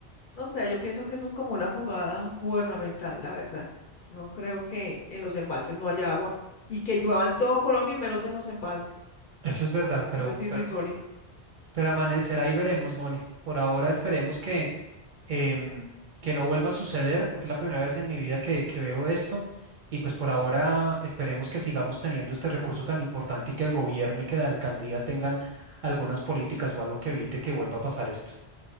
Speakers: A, on the left (about 55°); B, on the right (about 60°).
A: No sé, yo pienso que eso es como una jugada gubernamental, la verdad. No creo que en los embalses no haya agua y que llueva en todo Colombia y menos en los embalses.
B: Eso es verdad, pero,
A: Eso es irrisorio.
B: pero Pero amanecerá y veremos, Moni. Por ahora esperemos que, em, que no vuelva a suceder, porque es la primera vez en mi vida que, que veo esto. Y pues por ahora esperemos que sigamos teniendo este recurso tan importante y que el gobierno y que la alcaldía tengan algunas políticas o algo que evite que vuelva a pasar esto.